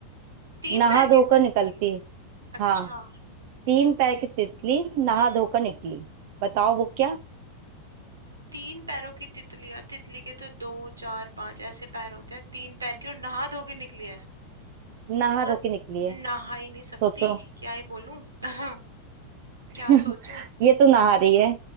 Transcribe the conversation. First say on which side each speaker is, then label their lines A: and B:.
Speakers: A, on the right; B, on the right.
A: तीन
B: नहा
A: पैर
B: धोकर
A: की तितली
B: निकलती है
A: अच्छा
B: हाँ तीन पैर की तितली नहा
A: हम्म
B: धोकर निकली बताओ वो क्या
A: तीन पैरों की तितली यार तितली के तो दो चार पांच ऐसे पैर होते हैं तीन पैर की और नहा धो के निकली है
B: नहा
A: वो तो
B: धो के निकली है
A: नहा ही नहीं
B: सोचो
A: सकती क्या ही बोलूं <laughs>
B: <laughs>
A: क्या सोचूं
B: ये तो नहा रही है